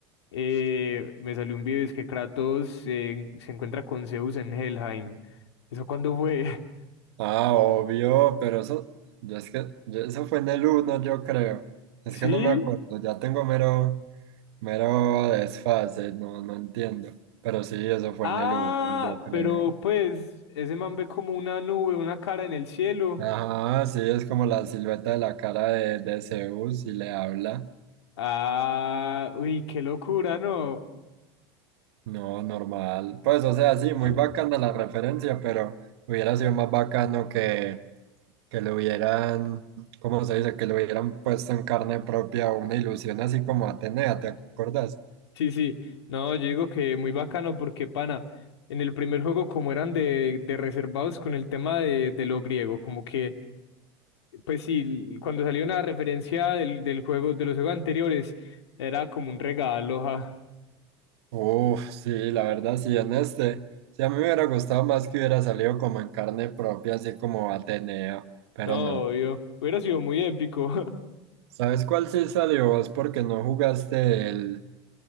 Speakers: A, on the left (about 90°); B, on the right (about 75°).
A: Eh, me salió un video, es que Kratos eh, se encuentra con Zeus en Helheim. ¿Eso cuándo fue?
B: Ah, obvio, pero eso, yo es que, yo- eso fue en el uno, yo creo. Es
A: <laughs> ¿Sí?
B: que no me acuerdo, ya tengo mero, Mero desfase, no, no entiendo. Pero sí, eso fue
A: Ah,
B: en el uno yo creo.
A: pero pues ese man ve como una nube, una cara en el cielo.
B: Ajá, sí, es como la silueta de la cara de, de Zeus y le habla.
A: Ah, uy, qué locura, ¿no?
B: No, normal. Pues, o sea, sí, muy
A: Mm.
B: bacana la referencia, pero hubiera sido más bacano que, que le hubieran, ¿cómo se dice? Que le hubieran puesto en carne propia una ilusión así como Atenea, ¿te acuerdas?
A: Sí, sí. No, yo digo que muy bacano porque, pana, en el primer juego como eran de, de reservados con el tema de, de lo griego, como que Pues sí, cuando salió una referencia del, del juego, de los juegos anteriores, era como un regalo, <laughs> ja.
B: Uf, sí, la verdad, sí, en este. Sí, a mí me hubiera gustado más que hubiera salido como en carne propia, así como atenea pero
A: No,
B: no.
A: obvio. Hubiera sido muy épico.
B: ¿Sabes cuál sí salió vos? Porque no jugaste el,